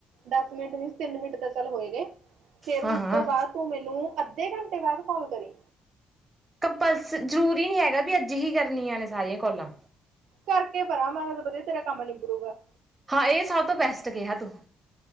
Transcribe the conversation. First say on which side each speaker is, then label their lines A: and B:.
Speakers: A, on the right (about 75°); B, on the right (about 20°).
A: ਦਸ ਮਿੰਟ ਨਹੀਂ ਸੀ ਤਿੰਨ ਮਿੰਟ ਚੱਲ ਹੋਏ ਗਏ। ਫੇਰ
B: ਹਾਂ
A: ਉਸ
B: ਹਾਂ
A: ਤੋਂ ਬਾਅਦ ਤੂੰ ਮੈਨੂੰ ਅੱ ਅੱਧੇ ਘੰਟੇ ਬਾਅਦ ਕਾਲ ਕਰੀ।
B: ਕੰਪਲਸ ਜ਼ਰੂਰੀ ਨੀ ਹੈਗਾ, ਵੀ ਅੱਜ ਹੀ ਕਰਨੀਆਂ ਨੇ ਸਾਰੀਆਂ ਕੋਲਾਂ,
A: ਕਰਕੇ ਪਰਾ ਮਾਰੋ, ਪਰੇ ਤੇਰਾ ਕੰਮ ਨਿਬੜੂਗਾ।
B: ਹਾਂ ਇਹ ਸਭ ਤੋਂ ਬੈਸਟ ਕਿਹਾ ਤੂੰ।